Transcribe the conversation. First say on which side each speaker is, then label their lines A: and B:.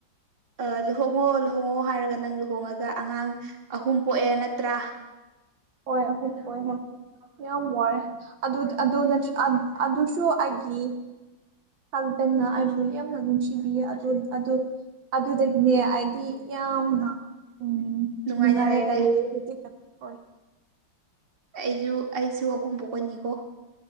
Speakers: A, on the right (about 30°); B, on the right (about 75°).
A: ꯑ ꯂꯨꯍꯣꯡ ꯍꯣꯡꯉꯣ ꯂꯨꯍꯣꯡꯉꯣ ꯍꯥꯏꯔꯒ ꯅꯪ ꯂꯨꯍꯣꯡꯉꯒ ꯑꯉꯥꯡ ꯑꯍꯨꯝ ꯄꯣꯛꯑꯦ ꯅꯠꯇ꯭ꯔꯥ
B: ꯍꯣꯏ ꯑꯍꯨꯝ ꯄꯣꯛꯑꯦ ꯍꯣꯏ ꯌꯥꯝ ꯋꯥꯔꯦ ꯑꯗꯨ ꯑꯗꯨ ꯑꯗꯨꯁꯨ ꯑꯩꯒꯤ ꯃꯥꯇꯅ ꯑꯩꯕꯨ ꯌꯥꯝꯅ ꯅꯨꯡꯁꯤꯕꯤꯌꯦ ꯑꯗꯨ ꯑꯗꯨ ꯑꯗꯨꯗꯒꯤꯅꯦ ꯑꯩꯗꯤ ꯌꯥꯝꯅ ꯎꯝ
A: ꯅꯨꯡꯉꯥꯏꯅ
B: ꯅꯨꯡꯉꯥꯏꯔꯒ
A: ꯂꯩꯔꯦ
B: ꯂꯩꯌꯦ ꯑꯩꯗꯤ ꯌꯥꯝꯅ ꯍꯣꯏ
A: ꯑꯩꯁꯨ ꯑꯩꯁꯨ ꯑꯍꯨꯝ ꯄꯣꯛꯀꯅꯤꯀꯣ